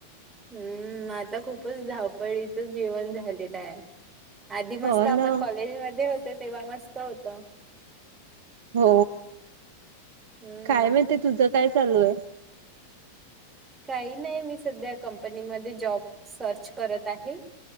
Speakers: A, on the right (about 15°); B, on the right (about 55°).
A: हम. आता खूपच धावपळीच जेवन झालेलं आहे. आधी मस्त
B: हो
A: आपण
B: ना
A: कॉलेज मध्ये होत तेव्हा मस्त होतो.
B: हो
A: हम्म
B: काय माहिती तुझं काय चालू आहे?
A: काही नाही. मी सध्या कंपनीमध्ये जॉब सर्च करत आहे.